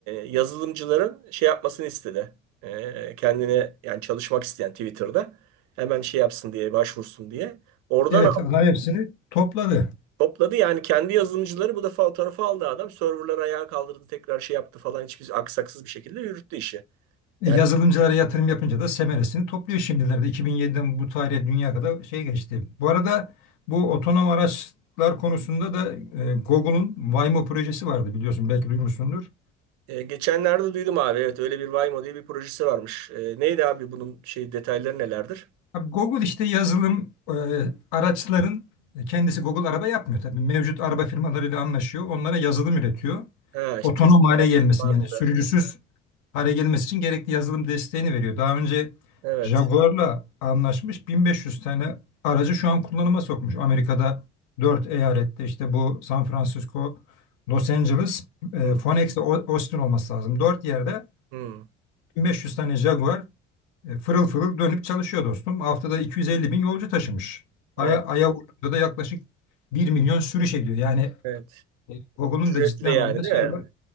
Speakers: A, on the right (about 55°); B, on the left (about 60°).
A: yazılımcıların şey yapmasını istedi. E, kendine yani çalışmak isteyen Twitter'da hemen şey yapsın diye başvursun diye. Oradan
B: Evet adam hepsini topladı.
A: Topladı yani kendi yazılımcıları bu defa o tarafa aldı adam. Serverları ayağa kaldırdı tekrar şey yaptı falan hiçbir aksaksız bir şekilde yürüttü işi. Yani
B: E, Yazılımcılara yatırım yapınca da semeresini topluyor şimdilerde. 2007'den bu tarihe dünya kadar şey geçti. Bu arada bu otonom araçlar konusunda da e, Google'un Waymo projesi vardı biliyorsun belki duymuşsundur.
A: e, geçenlerde duydum abi evet öyle bir Waymo diye bir projesi varmış. E, neydi abi bunun şey detayları nelerdir?
B: Abi Google işte yazılım e, araçların e, kendisi Google araba yapmıyor tabii. Mevcut araba firmalarıyla anlaşıyor. Onlara yazılım üretiyor.
A: Ha işte
B: Otonom
A: testler
B: hale gelmesini
A: farklı.
B: yani sürücüsüz hale gelmesi için gerekli yazılım desteğini veriyor. Daha önce
A: Evet.
B: Jaguar'la anlaşmış 1500 tane aracı şu an kullanıma sokmuş. Amerika'da 4 eyalette işte bu San Francisco, Los Angeles, e,
A: Hı,
B: Phoenix ve O- Austin olması lazım. 4 yerde
A: hı.
B: 1500 tane Jaguar e, fırıl fırıl dönüp çalışıyor dostum. Haftada 250 bin yolcu taşımış.
A: O,
B: Aya, aya vurduğunda da yaklaşık bir milyon sürüş ediyor. Yani
A: evet.
B: e, Google'un
A: Ücretli
B: da ciddi anlamda
A: yani değil
B: şey
A: mi?
B: var.